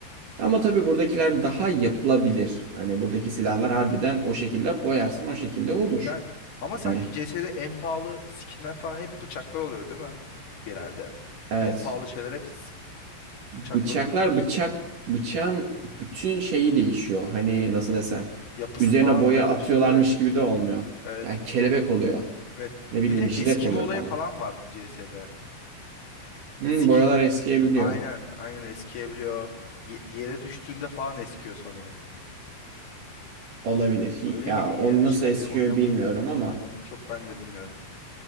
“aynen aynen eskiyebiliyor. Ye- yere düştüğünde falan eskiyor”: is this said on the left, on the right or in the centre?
Left